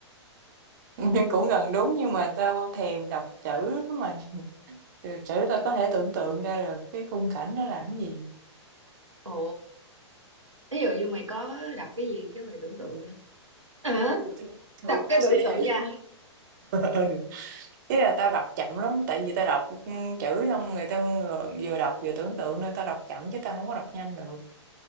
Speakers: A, on the right; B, on the right.
A: Nhưng cũng gần đúng nhưng mà tao thèm đọc chữ lắm mày. Ừ, Chữ tao có thể tưởng tượng ra được cái khung cảnh nó làm cái gì.
B: ồ ví dụ như mày có đọc cái gì cái mày tưởng tượng ra hả
A: Ừ, thường thường
B: đọc
A: tao
B: cái
A: sẽ
B: tưởng tượng ra
A: <laughs> ừ. chứ là tao đọc chậm lắm tại vì tao đọc ừ, chữ xong người ta vừa vừa đọc vừa tưởng tượng nên tao đọc chậm chứ tao không có đọc nhanh được